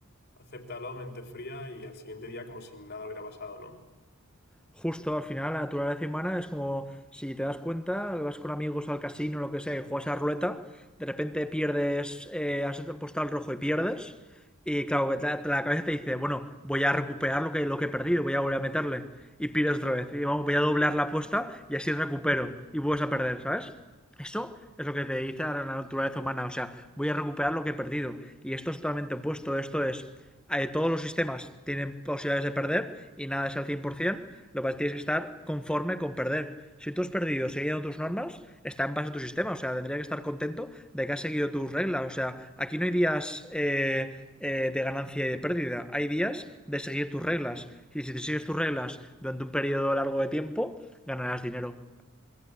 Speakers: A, on the left; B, in the centre.
A: acéptalo, mente fría y al siguiente día como si nada hubiera pasado, ¿no?
B: justo al final la naturaleza humana es como si te das cuenta, vas con amigos al casino, o lo que sea, y juegas a ruleta, de repente pierdes, eh, has apostado al rojo y pierdes, y claro, que te- la cabeza te dice, bueno, voy a recuperar lo que, lo que he perdido, voy a volver a meterle, y pierdes otra vez, y vamos, voy a doblar la apuesta y así recupero, y vuelves a perder, ¿sabes? Eso es lo que te dice la naturaleza humana, o sea, voy a recuperar lo que he perdido. Y esto es totalmente opuesto, esto es, eh, todos los sistemas tienen posibilidades de perder y nada es al 100%, lo que tienes que estar conforme con perder. Si tú has perdido siguiendo tus normas, está en base a tu sistema, o sea, tendría que estar contento de que has seguido tus reglas, o sea, aquí no hay días eh, eh, de ganancia y de pérdida, hay días de seguir tus reglas, y si te sigues tus reglas durante un periodo largo de tiempo, ganarás dinero.